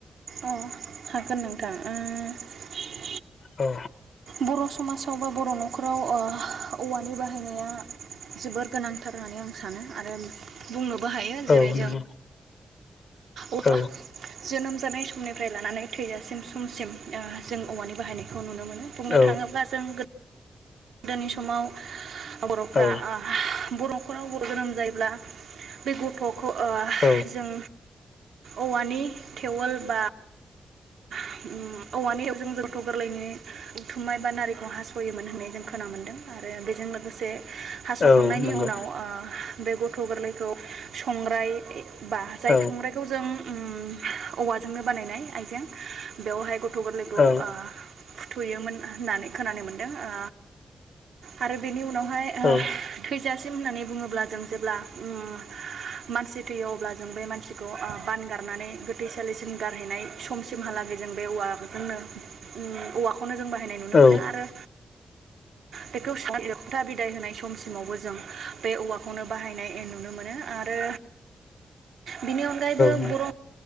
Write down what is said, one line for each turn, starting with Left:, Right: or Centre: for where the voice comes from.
Right: अ हागोन नोंथां ओ <inaudible>
Left: औ
Right: बर समाजाव बा बर नखराव ओ औवानि बाहायनाया जोबोर गोनांथार होननानै आं सानो आरो बुंङो बाहायो
Left: औ
Right: जेरै
Left: नंगौ
Right: जों अब्ला
Left: औ
Right: जोनोम जानाय समनिफ्राय लानानै थैजासिम समसिम ओ जों औवानि बाहायनायखौ नुनो मोनो बुंनो
Left: औ
Right: थाङोब्ला जों गोद गोदोनि समाव बरफ्रा
Left: औ
Right: ओ बर नखराव गथ जोनोम जायोब्ला बे गथ खौ ओ
Left: औ
Right: जों औवानि थेवल बा उम औवानि जों जौथ गोरलैनि उथुमनाय बा नारिखौ हासयोमोन होननाय जों खोना मोनदों आरो बेजों लोगोसे हासखांनायनि
Left: औ नंगौ
Right: उनाव ओ बे गथ गोरलैखौ संग्राय बा जाय
Left: औ
Right: संग्रायखौ जों उम औवाजोंनो बानायनाय आइजें बेवहाय गथ गथ गोरलैखौ
Left: औ
Right: ओ फुथुयोमोन। होननानै खोनानो मोनदों ओ आरो बेनि उनाव आमफाय ओ
Left: औ
Right: थैजासिम होननानै बुङोब्ला जों जेब्ला ओ मानसि थैयो अब्ला जों बे मानसिखौ ओ बान गारनानै गोथैसालिसिम गारहैनाय समसिम हालागै जों बे औवानो ओं औवाखौ खौनो जों बाहायनाय नुनो
Left: औ
Right: मोनो आरो बेखौथा बिदाय होनाय समसिमावबो जों बे औवाखौनो बाहायनाय नुनो मोनो आरो बिनि अनगायैबो
Left: नंगौ
Right: बर